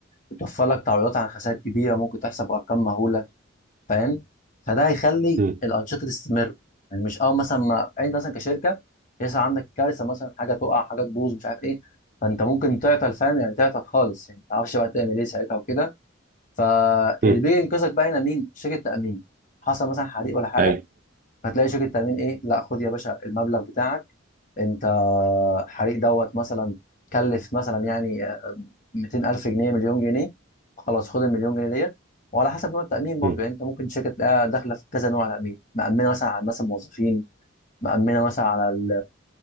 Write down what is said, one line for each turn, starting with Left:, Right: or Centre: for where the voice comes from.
Left: بتوفر لك تعويضات عن خسائر كبيرة ممكن تحصل بأرقام مهولة فاهم فده هيخلي
Right: مم.
Left: الأنشطة تستمر يعني مش أول مثلا ما أنت مثلا كشركة يحصل عندك كارثة مثلا حاجة تقع حاجة تبوظ مش عارف إيه فأنت ممكن تعطل فاهم يعني تعطل خالص يعني ما تعرفش بقى تعمل إيه ساعتها وكده فاللي
Right: مم.
Left: بيجي ينقذك بقى هنا مين؟ شركة تأمين حصل مثلا حريق ولا حاجة
Right: أيوه
Left: فتلاقي شركه تامين ايه لا خد يا باشا المبلغ بتاعك انت حريق دوت مثلا كلف مثلا يعني 200000 جنيه مليون جنيه خلاص خد المليون جنيه ديت وعلى حسب نوع التامين برضو
Right: مم.
Left: يعني انت ممكن شركه تلاقيها داخله في كذا نوع تامين مأمنه مثلا على مثلا موظفين مأمنه مثلا على ال...